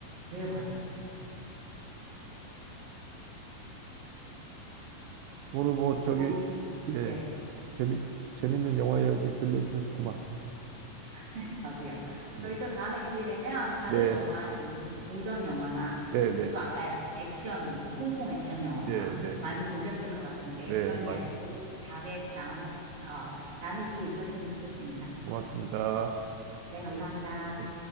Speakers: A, on the right (about 45°); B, on the right (about 85°).
A: 네, 맞아요. 맞아요.
B: 오늘 뭐 저기
A: 저희,
B: 예.
A: 네.
B: 재미 재밌는 영화 이야기 들려주셔서 고맙습니다.
A: <laughs> 저도요. 저희
B: 예.
A: 또 다음에 기회 되면 다른
B: 네.
A: 영화 장르, 고전 영화나
B: 네, 네.
A: 또 아까 액션, 뭐 홍콩 액션 영화나
B: 예, 네.
A: 많이 보셨을 것 같은데
B: 네,
A: 그런
B: 많이
A: 이야기도
B: 봤죠.
A: 다음에 나눠, 어, 나눌 기회 있었으면 좋겠습니다.
B: 고맙습니다.
A: 네,
B: 네.
A: 감사합니다.
B: 예.